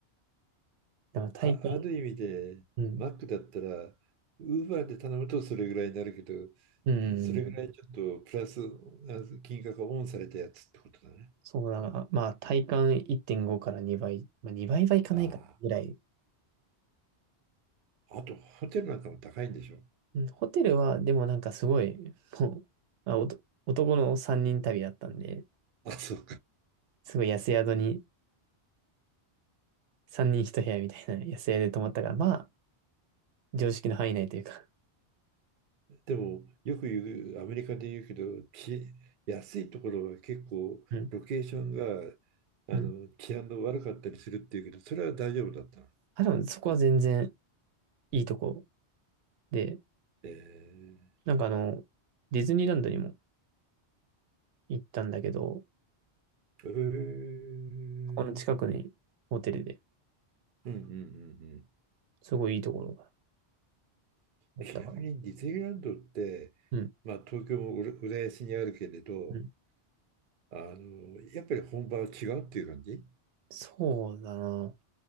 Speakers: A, on the right; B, on the right.
A: だから体感、
B: あ、ある意味でマックだったら
A: うん、
B: ウーバーで頼むとそれぐらいになるけど
A: うん、
B: それぐらいちょっとプラスあ金額がオンされたやつってことだね。
A: そうだな。まあ体感1.5から2倍、まあ、2倍はいかないかなぐらい。
B: ああ、あとホテルなんかも高いんでしょ
A: うんホテルはでもなんかすごい、もう、あおと男の3人旅だったんで、
B: あ、そう。
A: すごい安宿に3人1部屋みたいな安宿で泊まったから、まあ、常識の範囲内というか。
B: でも、よく言う、アメリカで言うけど、き、安いところは結構、
A: うん。
B: ロケーションが、あの、
A: うん。
B: 治安の悪かったりするっていうけど、それは大丈夫だったの。
A: あ、でもそこは全然いいとこで、
B: え
A: なんかあの、ディズニーランドにも行ったんだけど、
B: ー、えー、
A: この近くにホテルで、
B: うんうんうんうん。
A: すごいいいところがあったかな。
B: ちなみにディズニーランドって、
A: うん。
B: まあ、東京も浦浦安にあるけれど、
A: うん。
B: あの、やっぱり本場は違うっていう感じ
A: そうだな。